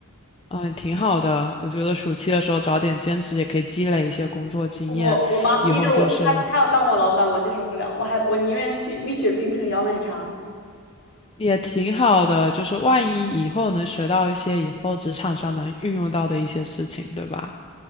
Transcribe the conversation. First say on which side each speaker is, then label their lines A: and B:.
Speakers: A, on the left; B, on the left.
A: 嗯，挺好的。我觉得暑期的时候找点兼职也可以积累一些工作经验，
B: 我我妈逼着我，
A: 以后就是
B: 她她要当我老板，我接受不了，我还我宁愿去蜜雪冰城摇奶茶。
A: 也挺好的，就是万一以后能学到一些以后职场上能运用到的一些事情，对吧？